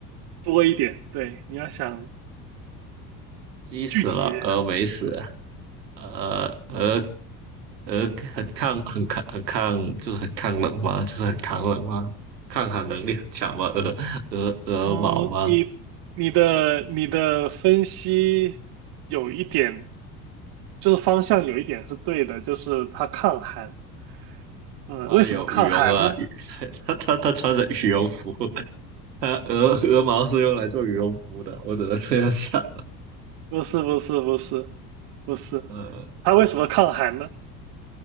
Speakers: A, on the right; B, on the right.
A: 多一点，对，你要想
B: 鸡死了，
A: 具体一点。
B: 鹅没死，呃，
A: 嗯。
B: 鹅鹅很抗很抗很抗，就是很抗冷吗？就是很抗冷吗？抗寒能力很强吗？鹅鹅鹅毛吗？
A: 嗯，你你的你的分析有一点，就是方向有一点是对的，就是它抗寒。嗯，
B: 它有羽绒啊，
A: 为什么抗寒呢？
B: 羽 <laughs> 它它它 <laughs> 穿着羽绒服，它鹅鹅毛是用来做羽绒服的，我只能这样想。
A: 不是不是不是不是，
B: 呃，
A: 它为什么抗寒呢？